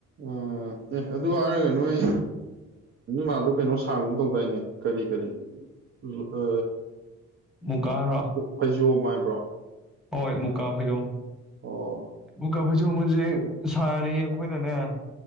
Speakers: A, on the right; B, in the centre.
A: ꯎꯝ ꯑꯦ ꯑꯗꯨ ꯍꯥꯏꯔꯒ ꯅꯣꯏ ꯃꯥꯗꯣ ꯀꯩꯅꯣ ꯁꯥꯒꯨꯝ ꯇꯧꯗꯥꯏꯅꯦ ꯀꯔꯤ ꯀꯔꯤ ꯑ
B: ꯃꯨꯀꯥ ꯍꯥꯏꯔꯣ
A: ꯐꯩꯖꯣꯝ ꯍꯥꯏ ꯕ꯭ꯔꯣ
B: ꯍꯣꯏ ꯃꯨꯀꯥ ꯐꯩꯖꯣꯝ
A: ꯑꯣ
B: ꯃꯨꯀꯥ ꯐꯩꯖꯣꯝ ꯁꯥꯔꯤ ꯑꯩꯈꯣꯏꯅꯅꯦ